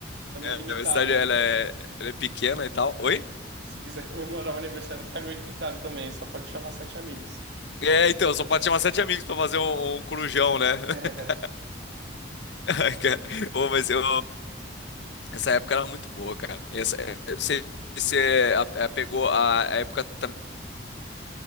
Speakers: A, on the right; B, on the left.
A: também
B: é,
A: é limitado,
B: a minha cidade
A: né?
B: ela é, ela é pequena e tal. Oi?
A: Se quiser comemorar o aniversário, fica meio limitado também. Só pode chamar sete amigos.
B: É, então, só pode chamar sete amigos pra fazer um, um corujão, né? <laughs>
A: É,
B: Ai, cara. Ô, mas eu. Essa época era muito boa, cara. Essa, é, você, você a- a- pegou a, a época também